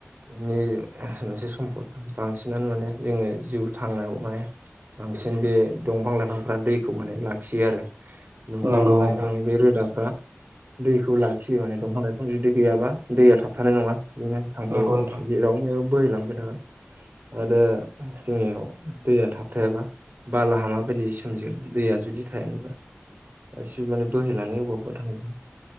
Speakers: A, on the right; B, on the right.
A: नि मोनसे सम्फद बांसिनानो माने जोङो जिउ थांनायाव माने बांसिन बे दंफां लाइफांफ्रा दैखौ माने लाख खियो आरो दंफां
B: नंगौ औ
A: लाइफांनि बे रोदाफ्रा दैखौ लाखियो माने दंफां लाइफां जुदि गैयाबा दैया थाबथानाय नङा बिदिनो
B: नंगौ
A: <unintelligible>
B: नोंथां
A: जेराव मेराव बोहैलांबाय थागोन आरो जोंनियाव दैया थाबथायाबा बालाहामा बायदि सोमजिगोन दैया जुदि थायानोबा गासिबो माने बोहैनानै अबवबा - अबवबा थां